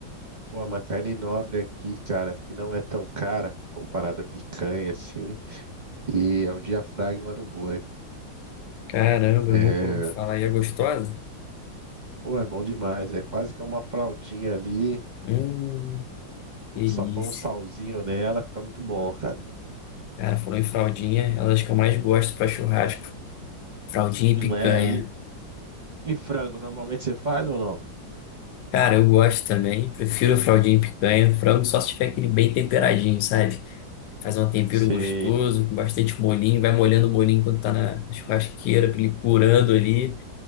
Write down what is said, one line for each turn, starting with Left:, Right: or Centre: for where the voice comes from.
Right: Pô, é uma carne nobre aqui, cara, que não é tão cara comparada à picanha, assim. E é o diafragma do boi.
Left: Caramba,
Right: É,
Left: eu nunca ouvi falar. E é gostosa?
Right: pô, é bom demais. É quase que uma fraldinha ali,
Left: Hum, delícia.
Right: só põe um salzinho nela, fica muito bom, cara.
Left: Cara, falou em fraldinha, é uma das que eu mais gosto pra churrasco. Fraldinha e
Right: E,
Left: picanha.
Right: Não é? E, e frango, normalmente você faz ou não?
Left: Cara, eu gosto também, prefiro fraldinha e picanha, frango só se tiver aquele bem temperadinho, sabe? faz um tempero
Right: Se,
Left: gostoso, com bastante molinho, vai molhando o molinho quando tá na churrasqueira, pra ele curando ali,